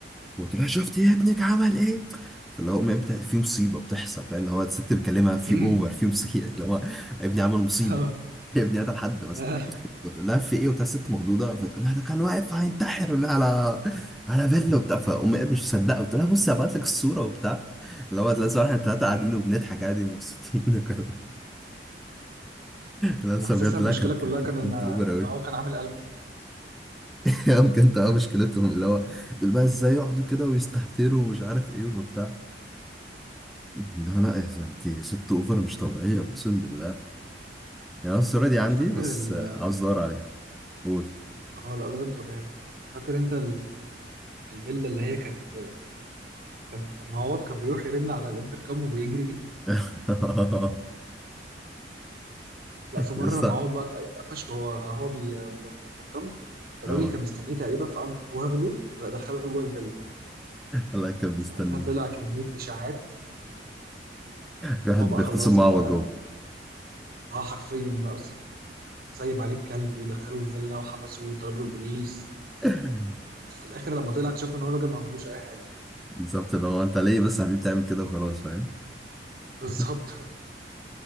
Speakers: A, in the centre; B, on the right.
A: وقلت لها شفت يا ابنك عمل ايه فاللي هو أمي بتا- في مصيبه بتحصل فاللي هو الست بتكلمها في
B: <laughs>
A: اوفر في مصيبه اللي هو ابني عمل مصيبه
B: اه
A: <laughs> يا ابني قتل حد بس
B: آه.
A: فتقول لها في ايه وبتاع الست مخضوضه فتقول لها ده كان واقف هينتحر ولا على على فيلا وبتاع فامي قالت مش مصدقه قلت لها بصي هبعت لك الصوره وبتاع اللي هو تلاقي صراحه الثلاثه قاعدين
B: امم
A: وبنضحك عادي ومبسوطين <laughs> وكل حاجة. لا بس
B: انا حاسسها
A: بجد لا
B: المشكله
A: كانت
B: كلها
A: كانت
B: كان
A: كانت
B: ان
A: بنت اوبر قوي
B: ان هو كان عامل قلب
A: <laughs> بجد اه مشكلتهم اللي هو تقول بقى ازاي يقعدوا كده ويستهتروا ومش عارف ايه وبتاع لا لا يا انت ست اوفر مش طبيعيه اقسم بالله يعني انا الصوره دي
B: لا
A: عندي
B: فاكر
A: بس
B: ال
A: عاوز ادور عليها قول
B: اه لا لازم توريها لي. فاكر انت الفيلا اللي هي كانت كان كان معوض كان بيروح يرن على الانتركم وبيجري
A: <laughs>
B: لا في مره
A: يس
B: معوض بقى اتقفش وهو هو بي... بيعمل انتركم الراجل
A: اه
B: كان مستنيه تقريبا فقام واخده دخله جوه الفيلا
A: الله كان مستني
B: ساعتها طلع كميه اشاعات
A: في
B: إن
A: واحد
B: هو بقى
A: بيختصم
B: خلاص
A: معوض
B: كده
A: جوه
B: اه حرفيا بقى سايب عليه الكلب ودخله الفيلا وحبسه وطلب له البوليس
A: <laughs>
B: وفي الاخر لما طلع اكتشفنا ان هو راجل ما عملوش اي حاجه يعني
A: بالظبط اللي هو انت ليه بس يا حبيبي تعمل كده وخلاص فاهم
B: بالظبط
A: <laughs>